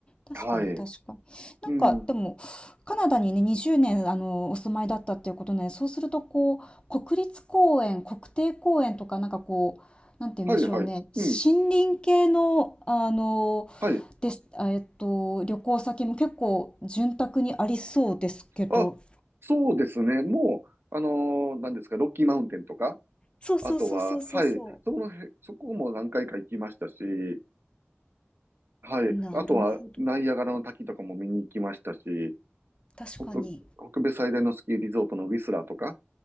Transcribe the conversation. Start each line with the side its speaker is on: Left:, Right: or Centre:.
Left: 確かに、
Right: はい。
Left: 確かに。なんか、
Right: うん。
Left: でも、カナダにね、20年、あの、お住まいだったっていうことね、そうすると、こう、国立公園、国定公園とか、なんかこう、なんて言うんでしょうね、
Right: はい、はい。うん。
Left: 森林系の、あの、
Right: はい。
Left: です、あえっと、旅行先も結構、潤沢にありそうですけど。
Right: あ、そうですね。もう、あのー、何ですか、ロッキーマウンテンとか、
Left: そうそうそうそうそうそ
Right: あとは、はい、そこのへ、そこも何回か行きましたし、はい、
Left: う。なるほど。
Right: あとは、ナイアガラの滝とかも見に行きましたし、
Left: 確かに。
Right: 北、北米最大のスキーリゾートのウィスラーとか、